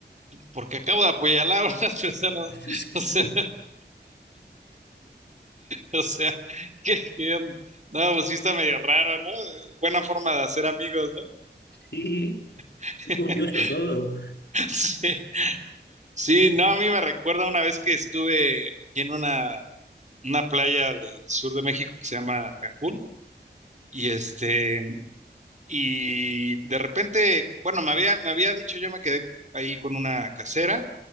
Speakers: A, on the right; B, on the left.
A: porque acabo de apuñalar a unas personas.
B: Sí,
A: <laughs> O
B: sí,
A: sea, o sea, que, que- no, pues sí está medio raro, ¿no? Buena forma de hacer amigos, ¿no?
B: sí.
A: <laughs>
B: Curioso todo.
A: Sí, sí, no, a mí me recuerda una vez que estuve aquí en una, una playa del sur de México que se llama Cancún. Y este, y de repente, bueno, me había, me había dicho, yo me quedé ahí con una casera